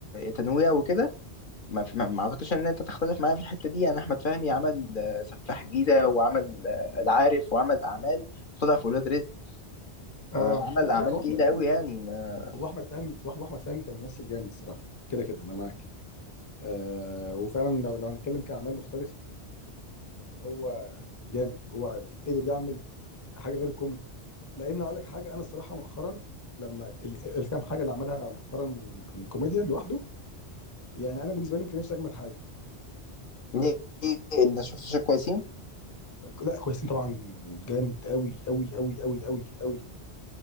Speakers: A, on the left; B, on the left.
A: تنويع وكده ما, ما ما اعتقدش ان انت تختلف معايا في الحته دي يعني احمد فهمي عمل آه، سفاح جيزه وعمل آه، العارف وعمل اعمال وطلع في ولاد رزق
B: اه
A: آه، عمل
B: لا
A: اعمال
B: لا واحمد
A: تقيله قوي يعني ما...
B: واحمد فهمي وأح- واحمد فهمي كممثل جامد الصراحه كده كده انا معاك آه وفعلا لو لو هنتكلم كاعمال مختلفه هو جامد هو قدر يعمل حاجه غير الكوميدي لان اقول لك حاجه انا الصراحه مؤخرا لما ال- الكام حاجه اللي عملها مؤخرا من كوميديا لوحده يعني انا بالنسبه لي يمكن نفسي اجمل حاجه
A: ليه ليه؟ انت شفت شيء كويسين
B: لا كويسين طبعا جامد قوي قوي قوي قوي قوي قوي